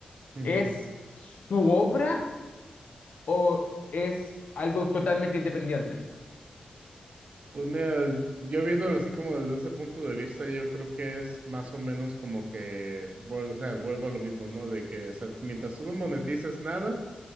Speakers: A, on the right; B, on the left.
A: Ujú.
B: ¿Es su obra o es algo totalmente independiente?
A: Pues mira, yo viéndolo así como desde ese punto de vista, yo creo que es más o menos como que, vuel- o sea, vuelvo a lo mismo, ¿no? De que, o sea, mientras tú no monetices nada,